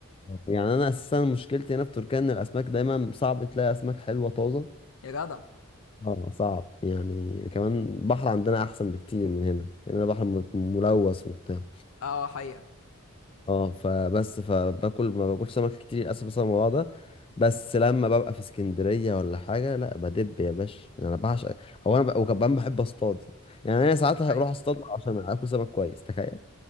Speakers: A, on the left (about 25°); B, on the left (about 85°).
A: اه يعني انا اساسا مشكلتي هنا في تركيا ان الاسماك دايما صعب تلاقي اسماك حلوه طازه
B: يا جدع
A: اه صعب يعني كمان البحر عندنا احسن بكتير من هنا يعني انا بحر م- ملوث وبتاع
B: اه حقيقة
A: اه فبس فباكل ما باكلش سمك كتير للاسف بسبب الموضوع ده بس لما ببقى في اسكندريه ولا حاجه لا بدب يا باشا انا بعشق هو انا ب... وكمان بحب اصطاد يعني انا ساعات هروح
B: ايوه
A: اصطاد عشان اكل سمك كويس تخيل